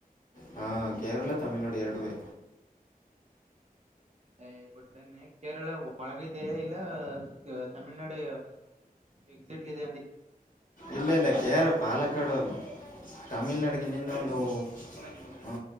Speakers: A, on the left (about 60°); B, on the right (about 45°).
A: ಹಾ ಕೇರಳ ತಮಳ್ನಾಡು ಎರಡುವೇ
B: ಯೈ <unintelligible> ಕೇರಳ ಒಳಗಿದೆ ಇಲ್ಲ ತಮಿಳ್ನಾಡು ಎಕ್ಸಿಟ್ಲಿದೆ ಅಂದಿ
A: ಇಲ್ಲ ಇಲ್ಲ ಕೇರ್ ಪಾಲಕಾಡಲ್ಲ ತಮಿಳ್ನಾಡಿಗ್ಲ್ಲಿಂದ
B: ಹ
A: ಒಂದು ಹಾ